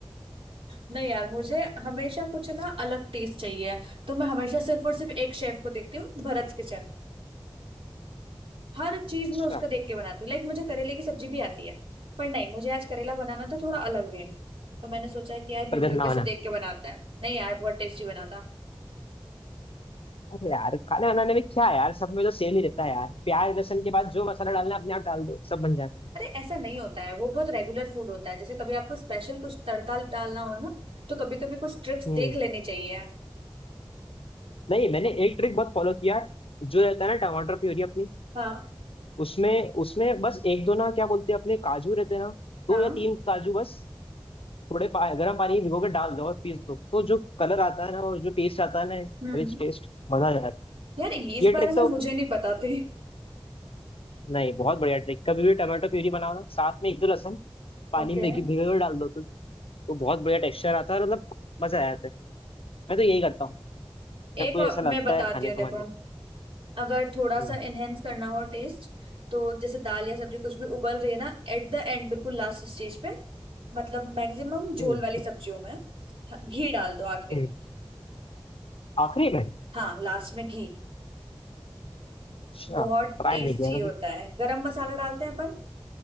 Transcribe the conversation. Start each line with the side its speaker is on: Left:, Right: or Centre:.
Right: नहीं यार मुझे हमेशा कुछ ना अलग टेस्ट चाहिए तो मैं हमेशा सिर्फ और सिर्फ एक शेफ को देखती हूँ भरत किचन हर चीज
Left: अच्छा
Right: में उसका देख के बनाती हूँ लाइक मुझे करेले की सब्जी भी आती है पर नहीं मुझे आज करेला बनाना था थोड़ा अलग वे में तो मैंने सोचा कि यार यूट्यूब
Left: पर गंदा
Right: पे से
Left: बना
Right: देख के बनाते हैं नहीं यार बहुत टेस्टी बना था
Left: अरे यार खाना बनाने में क्या है यार सब में तो सेम ही रहता है यार प्याज लहसुन के बाद जो मसाला डालना है अपने आप डाल दो सब बन जाता है
Right: अरे ऐसा नहीं होता है वो बहुत रेगुलर फूड होता है जैसे कभी आपको स्पेशल कुछ तड़का डालना हो ना तो कभी कभी कुछ ट्रिक्स
Left: हम्म
Right: देख लेनी चाहिए
Left: नहीं मैंने एक ट्रिक बहुत फॉलो किया है, जो रहता है ना टमाटर प्यूरी अपनी
Right: हाँ
Left: उसमें उसमें बस एक दो ना क्या बोलते हैं अपने काजू रहते हैं ना
Right: हाँ
Left: दो या
Right: हम्म
Left: तीन काजू बस थोड़े पा, गर्म पानी में भिगो के डाल दो और पीस दो तो जो कलर आता है ना और जो टेस्ट आता है ना
Right: हम्म।
Left: रिच टेस्ट मजा आ जाता है
Right: यार ये इस
Left: ये
Right: बारे
Left: ट्रिक
Right: में
Left: तो
Right: मुझे नहीं पता थी
Left: नहीं बहुत बढ़िया ट्रिक कभी भी टमाटो प्यूरी बनाओ ना साथ में एक दो लहसुन पानी
Right: ओके
Left: में भिगो भिगो के डाल दो तो, तो बहुत बढ़िया टेक्सचर आता है और मतलब मजा आ जाता है मैं तो यही करता हूँ
Right: एक
Left: जब कोई
Right: और
Left: ऐसा लगता
Right: मैं बताती
Left: है खाने
Right: हूँ
Left: को
Right: देखो
Left: मन नहीं।
Right: अगर थोड़ा सा
Left: हम्म,
Right: एनहेंस करना हो टेस्ट तो जैसे दाल या सब्जी कुछ भी उबल रही है ना एट द एंड बिल्कुल लास्ट स्टेज पे मतलब मैक्सिमम झोल
Left: हम्म,
Right: वाली सब्जियों में हाँ, घी डाल दो आखिरी
Left: हम्म।
Right: में।
Left: आखिरी में
Right: हाँ लास्ट में घी
Left: अच्छा
Right: बहुत
Left: ट्राई
Right: टेस्टी
Left: नहीं किया
Right: होता
Left: कभी
Right: है गरम मसाला डालते हैं अपन